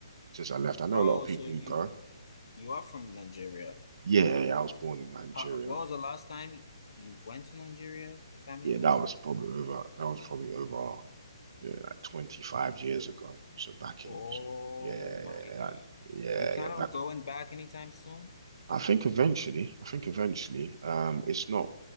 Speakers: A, on the right (about 60°); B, on the left (about 75°).
A: since I left. I know
B: Oh,
A: a lot of people
B: so you
A: who go,
B: you you are from Nigeria.
A: yeah, yeah, yeah, I was born in Nigeria.
B: How, what was the last time you went to Nigeria, if I may
A: Yeah,
B: ask?
A: that was probably over. That was probably over yeah, like 25 years ago. So back
B: Oh
A: in, so yeah, yeah, yeah,
B: my God.
A: yeah,
B: You plan
A: yeah,
B: on
A: back
B: going
A: in.
B: back anytime soon?
A: I think eventually, I think eventually, um, it's not